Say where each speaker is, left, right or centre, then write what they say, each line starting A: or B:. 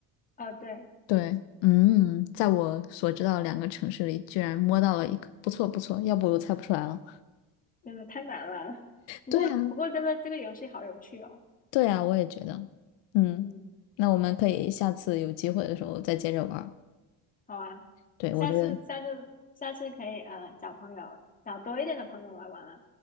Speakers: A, on the left; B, on the left.
A: 哦，对，
B: 对，嗯，在我所知道的两个城市里，居然摸到了一个不错不错，要不我猜不出来了。
A: 真的太难了。不过不过这个这个游戏好有趣哦。
B: 对啊，对啊，我也觉得，嗯，
A: 嗯，
B: 那我们可以下次有机会的时候再接着玩儿
A: 好啊，
B: 对，
A: 下次下次下次可以呃找朋友，
B: 我觉得
A: 找多一点的朋友来玩啊，